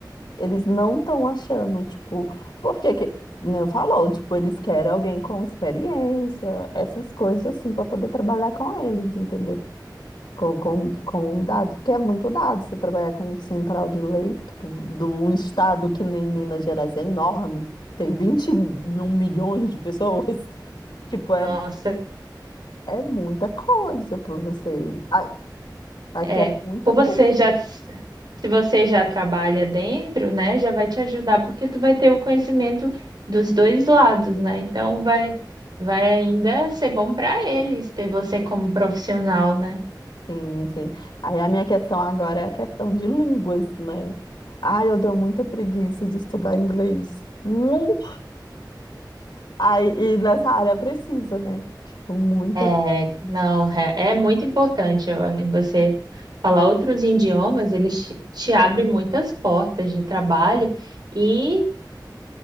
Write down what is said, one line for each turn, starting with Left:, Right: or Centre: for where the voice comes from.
Left: Eles não estão achando, tipo, porque que, né, falou, tipo, eles querem alguém com experiência, essas coisas assim, para poder trabalhar com eles, entendeu? Com, com, com dados, porque é muito dado. Você trabalhar com um central de leito de um estado que nem Minas Gerais é enorme, tem 21 milhões de pessoas. <laughs> Tipo, é,
Right: Nossa.
Left: é muita coisa para você. A- Aqui
Right: É,
Left: é muita
Right: por você
Left: coisa,
Right: já, se você já trabalha dentro, né, já vai te ajudar, porque tu vai ter o conhecimento dos dois lados, né? Então vai, vai ainda ser bom para eles ter você como profissional, né?
Left: sim, sim. Aí a minha questão agora é a questão de línguas, né? Ai, eu dou muita preguiça de estudar inglês. Nu! Aí, e nessa área precisa, né? Tipo, muitas.
Right: É, não, é, é muito importante ó, em você falar outros idiomas, eles te, te abrem muitas portas de trabalho e